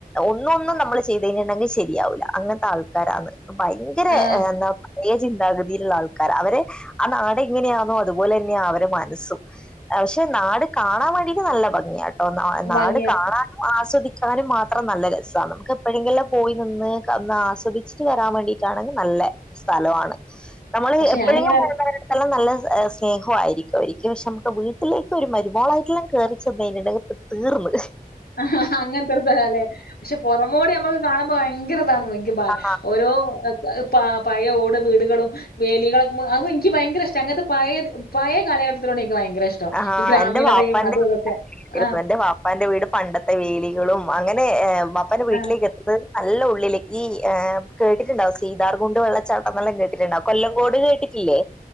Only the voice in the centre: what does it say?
ഒന്നും ഒന്നും ചെയ്തേനുണ്ടെങ്കിൽ ശരിയാവൂല്ല അങ്ങനത്തെ ആൾക്കാരാണ്. ഭയങ്കര
എന്താ പഴയ ചിന്താഗതിയിലുള്ള ആൾക്കാര് അവര് ആ നാട് എങ്ങനെയാണോ അതുപോലെ തന്നെ അവരെ മനസ്സും. പക്ഷെ നാട് കാണാൻ വേണ്ടിട്ട് നല്ല ഭംഗിയാണ്. അ നാട്
കാണാനും ആസ്വദിക്കാനും മാത്രം നല്ല രസമാണ്. നമുക്ക് എപ്പോഴെങ്കിലും പോയി നിന്ന് ഒന്ന് ആസ്വദിച്ചിട്ട് വരാൻ വേണ്ടിട്ടാണെങ്കിൽ നല്ല സ്ഥലമാണ്. നമ്മള്
എപ്പോഴെങ്കും
പോുന്നവ <unintelligible> രുല്ലാം നല്ല സ്നേഹംമായിരിക്കും അവരിക്കും പക്ഷെ നമുക്ക് വീട്ടിലേക്ക് ഒരു മരുമോളായിട്ടെല്ലാം ക കേറി ചെന്ന് കിട്ടുണ്ടെ തീർന്ന്
ആ
ആ
എന്റെ വാപ്പാന്റെ
ഇരുന്നു.
എന്റെ വാപ്പാന്റെ വീട് പണ്ടത്തെ വേലികളും അങ്ങനെ്പ്പാന്റെ വീട്ടിലേക്ക്
എത്തുന്നത് നല്ല ഉള്ളിലേക്ക് ് കേട്ടിട്ടുണ്ടാവും സീതാർ കുുണ്ട് വെള്ളച്ചാട്ടംെല്ലാം കേട്ടിട്ടുണ്ടാവും കൊല്ലംകോട് കേട്ടിട്ടില്ലേ